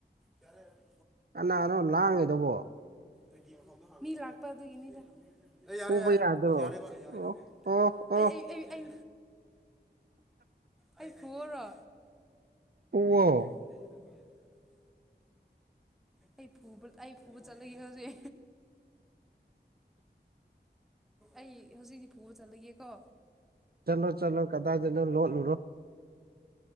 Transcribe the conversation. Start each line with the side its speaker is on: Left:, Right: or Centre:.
Centre: ꯌꯥꯔꯦ ꯌꯥꯔꯦ
Right: ꯀꯅꯥꯅꯣ ꯂꯥꯡꯉꯤꯗꯨꯕꯣ
Centre: <inaudible> ꯃꯤ ꯂꯥꯛꯄ ꯑꯗꯨꯒꯤꯅꯤꯗ ꯌꯥꯔꯦ
Right: ꯐꯨꯕ
Centre: ꯌꯥꯔꯦ
Right: ꯌꯥꯗ꯭ꯔꯣ
Centre: ꯌꯥꯔꯦꯕ ꯌꯥꯔꯦꯕ
Right: ꯑꯣ ꯑꯣ ꯑꯣ
Centre: ꯑꯩ ꯑꯩ ꯑꯩ ꯑꯩ ꯑꯩ ꯐꯨꯑꯣꯔꯣ
Right: ꯐꯨꯑꯣ
Centre: <inaudible> ꯑꯩ ꯐꯨꯕ ꯑꯩ ꯐꯨꯕ ꯆꯠꯂꯒꯦ ꯑꯗꯨꯗꯤ ꯑꯩ ꯍꯧꯖꯤꯛꯀꯤ ꯐꯨꯕ ꯆꯠꯂꯒꯦ ꯀꯣ
Right: ꯆꯠꯂꯣ ꯆꯠꯂꯣ ꯀꯗꯥꯏꯗꯅꯣ ꯂꯣꯠ ꯂꯨꯔꯣ